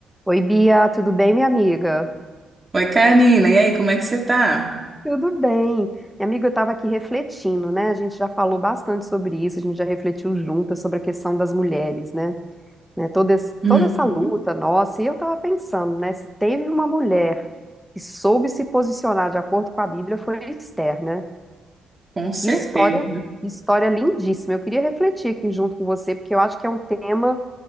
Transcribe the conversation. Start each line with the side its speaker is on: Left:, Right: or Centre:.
Centre: Oi, Bia, tudo bem, minha amiga?
Right: Oi, Karina. E aí, como é que você tá?
Centre: Tudo bem. Minha amiga, eu estava aqui refletindo, né? A gente já falou bastante sobre isso, a gente já refletiu juntas sobre a questão das mulheres, né? Né, Toda, esse-
Right: Uhum,
Centre: toda essa luta nossa, e eu estava pensando, né? Se teve uma mulher que soube se posicionar de acordo com a Bíblia, foi Esther, né?
Right: com certeza.
Centre: Que história, que história lindíssima. Eu queria refletir aqui junto com você, porque eu acho que é um tema.